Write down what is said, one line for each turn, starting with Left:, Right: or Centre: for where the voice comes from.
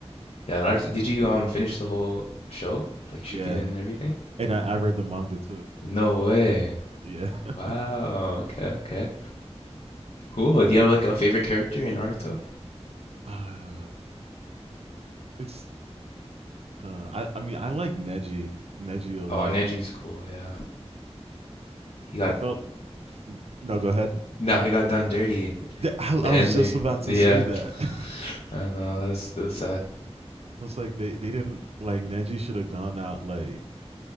Left: Yeah, Naruto, did you um finish the whole show? Like Shippuden
Right: Yeah,
Left: and everything?
Right: and I, I read the manga too.
Left: No way.
Right: Yeah, <laughs>
Left: Wow. Okay, okay. Cool. Do you have like a favorite character in Naruto?
Right: uh, it's. Uh, I I mean I like Neji Neji a
Left: Oh,
Right: lot.
Left: Neji's cool. Yeah, he got
Right: I felt no. Go ahead.
Left: no, he got done dirty
Right: I,
Left: in the
Right: I
Left: end
Right: was
Left: there.
Right: just about to
Left: Yeah,
Right: say that. <laughs> I
Left: I know. That's that's sad.
Right: was like they they didn't like Neji should have gone out like